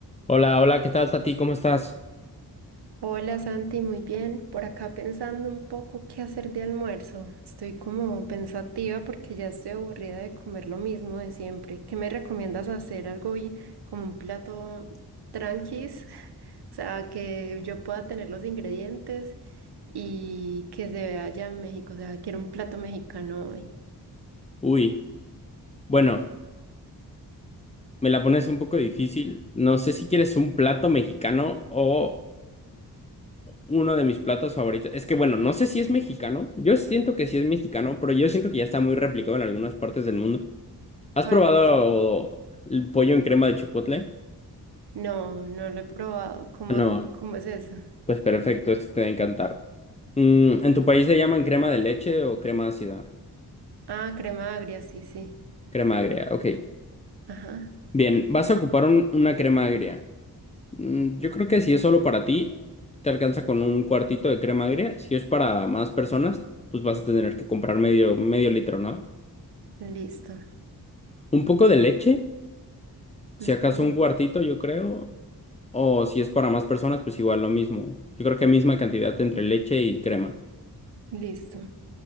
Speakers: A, on the left; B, on the right.
A: Hola, hola, ¿qué tal, Tati? ¿Cómo estás?
B: Hola Santi, muy bien. Por acá pensando un poco qué hacer de almuerzo. Estoy como pensativa porque ya estoy aburrida de comer lo mismo de siempre. ¿Qué me recomiendas hacer algo y como un plato tranquis? <laughs> O sea, que yo pueda tener los ingredientes y que se vea allá en México. O sea, quiero un plato mexicano hoy.
A: Uy, bueno, me la pones un poco difícil. No sé si quieres un plato mexicano o uno de mis platos favoritos. Es que, bueno, no sé si es mexicano. Yo siento que sí es mexicano, pero yo siento que ya está muy replicado en algunas partes del mundo. ¿Has
B: ¿Cuál
A: probado
B: es?
A: el pollo en crema de chipotle?
B: No, no lo he probado. ¿Cómo,
A: No,
B: es- cómo es eso?
A: pues perfecto, este te va a encantar. Mm, ¿en tu país se llaman crema de leche o crema ácida?
B: Ah, crema agria, sí, sí.
A: Crema agria, ok.
B: Ajá,
A: Bien, vas a ocupar un- una crema agria. Mm, Yo creo que si es solo para ti, te alcanza con un cuartito de crema agria. Si es para más personas, pues vas a tener que comprar medio, medio litro, ¿no?
B: listo.
A: Un poco de leche, si
B: Ujú.
A: acaso un cuartito, yo creo. O si es para más personas, pues igual lo mismo. Yo creo que misma cantidad entre leche y crema.
B: Listo.